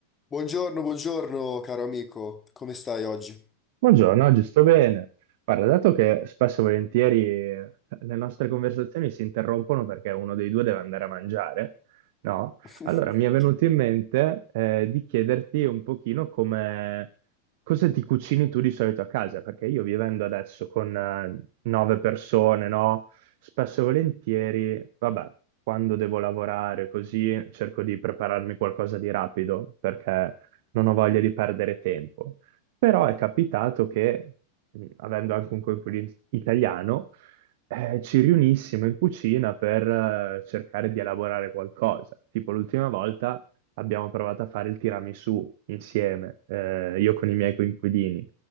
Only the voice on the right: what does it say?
Buongiorno, oggi sto bene. Guarda, dato che spesso e volentieri eh, le nostre conversazioni si interrompono perché uno dei due deve andare a mangiare, no?
Allora mi è venuto in mente eh, di chiederti un pochino come cosa ti cucini tu di solito a casa, perché io vivendo adesso con eh, nove persone, no? Spesso e volentieri, vabbè, quando devo lavorare così cerco di prepararmi qualcosa di rapido perché non ho voglia di perdere tempo. Però è capitato che, mh, avendo anche un coinquilino italiano, eh, ci riunissimo in cucina per eh, cercare di elaborare qualcosa. Tipo l'ultima volta abbiamo provato a fare il tiramisù insieme, eh, io con i miei coinquilini.